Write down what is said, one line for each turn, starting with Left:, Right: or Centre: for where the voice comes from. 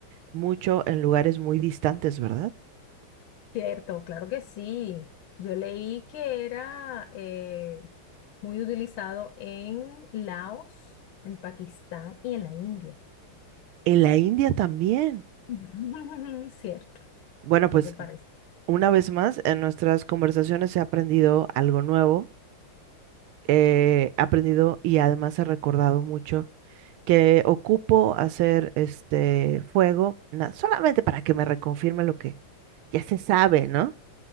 Right: mucho en lugares muy distantes, ¿verdad?
Left: Cierto, claro que sí. Yo leí que era eh, muy utilizado en Laos, en Pakistán y en la India.
Right: En la India también.
Left: <laughs> Cierto,
Right: Bueno, pues
Left: ¿qué te parece?
Right: una vez más, en nuestras conversaciones he aprendido algo nuevo, eh, he aprendido y además he recordado mucho que ocupo hacer este fuego, na- solamente para que me reconfirme lo que ya se sabe, ¿no?